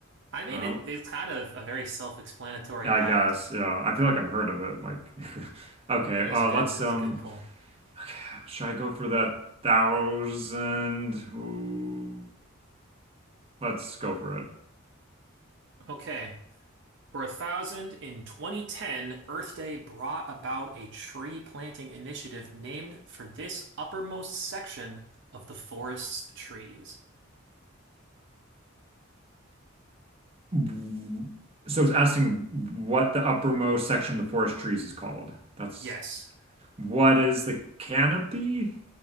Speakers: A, on the right; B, on the right.
A: I mean,
B: Uh,
A: it, it's kind of a very self-explanatory
B: I
A: act,
B: guess, yeah. I feel like I've heard of it. Like, <laughs> okay,
A: but it is
B: uh,
A: a good,
B: let's
A: it is
B: um
A: a good pull.
B: Okay, should I go for that thousand? Ooh, let's go for it.
A: Okay. For a thousand in 2010, Earth Day brought about a tree planting initiative named for this uppermost section of the forest's trees.
B: Mm, So it's asking what the uppermost section of the forest trees is called. That's
A: Yes,
B: what is the canopy?